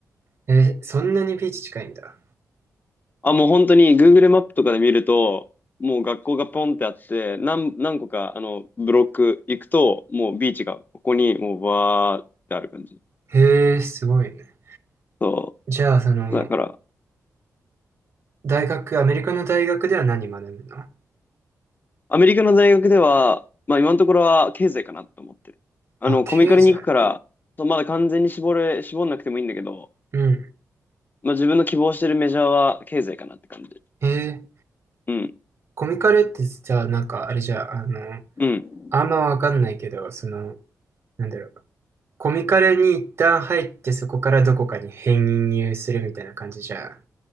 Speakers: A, on the right; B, on the left.
A: え、そんなにビーチ近いんだ。
B: あ、もう本当に Google マップとかで見ると、もう学校がポンってあって、何、何個か、あの、ブロック行くと、もうビーチがここにもうバーってある感じ。
A: へえ、すごいね。
B: そ
A: じゃあ、その、
B: う。だから、
A: 大学、アメリカの大学では何学ぶの
B: アメリカの大学では、まあ今のところは経済かなと思ってる。あの、
A: あ、経済。
B: コミカルに行くから、そうまだ完全に絞れ、絞んなくてもいいんだけど、
A: うん。
B: まあ自分の希望してるメジャーは経済かなって感じ。
A: へえー、
B: うん。
A: コミカルってさ、なんか、あれじゃあ、あの、
B: うん。
A: あんまわかんないけど、その、なんだろう。コミカルに一旦入って、そこからどこかに編入するみたいな感じじゃ、